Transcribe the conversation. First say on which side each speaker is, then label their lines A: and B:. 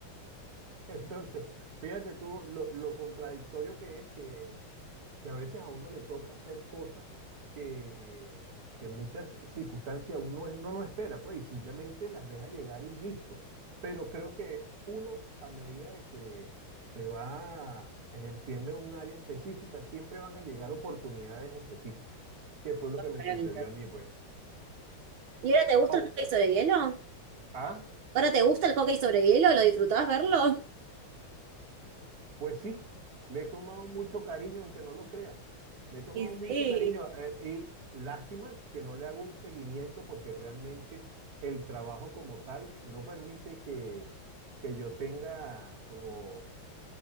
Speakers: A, on the right; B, on the right.
A: <laughs> Entonces, fíjate tú lo, lo contradictorio que es que que a veces a uno le toca hacer cosas que, que en muchas circunstancias uno no, no espera, pues, y simplemente las deja llegar y listo. Pero creo que uno, a medida de que se va ejerciendo en un área específica, siempre van a llegar oportunidades específicas, que fue lo que me
B: Diferente.
A: sucedió a mí, pues.
B: ¿Y ahora te gusta
A: Au-
B: el hockey sobre hielo?
A: ¿Ah?
B: ¿Ahora te gusta el hockey sobre hielo? ¿Lo disfrutabas verlo?
A: Pues sí, le he tomado mucho cariño, aunque no lo creas. Le he tomado
B: Y
A: mucho
B: sí,
A: cariño eh, y lástima que no le hago un seguimiento porque realmente el trabajo como tal no permite que, que yo tenga como